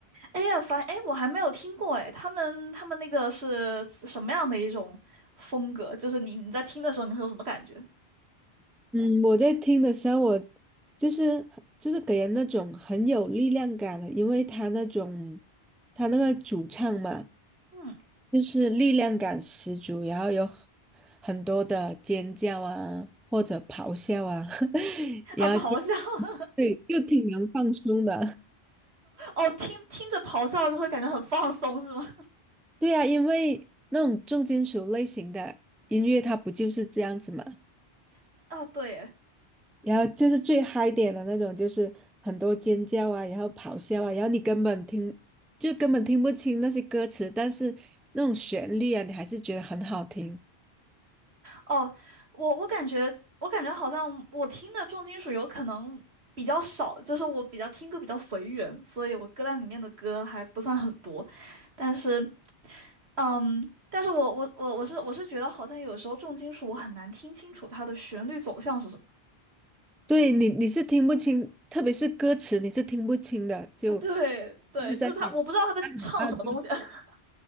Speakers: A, on the right; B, in the centre.
A: 哎呀，反哎，我还没有听过哎，他们他们那个是什么样的一种风格？就是你你在听的时候，你会有什么感觉？
B: 嗯，我在听的时候，我就是就是给人那种很有力量感的，因为他那种他那个主唱嘛，
A: 嗯
B: 就是力量感十足，然后有很很多的尖叫啊，或者咆哮啊，<laughs>
A: <laughs>，
B: 然后就
A: 啊，咆哮，<laughs>
B: 对，就挺能放松的。
A: 哦，听听着咆哮就会感觉很放松，是吗？
B: 对呀，因为那种重金属类型的音乐，它不就是这样子嘛？
A: <laughs> 啊，对耶
B: 然后就是最嗨点的那种，就是很多尖叫啊，然后咆哮啊，然后你根本听，就根本听不清那些歌词，但是那种旋律啊，你还是觉得很好听。
A: 哦，我我感觉我感觉好像我听的重金属有可能比较少，就是我比较听歌比较随缘，所以我歌单里面的歌还不算很多，但是。嗯，但是我我我我是我是觉得好像有时候重金属我很难听清楚它的旋律走向是什么
B: 对你，你是听不清，特别是歌词，你是听不清的，就
A: 啊，对对，
B: 一直在你
A: 就是他，我不知道他在唱什么东西。
B: 大家
A: <laughs>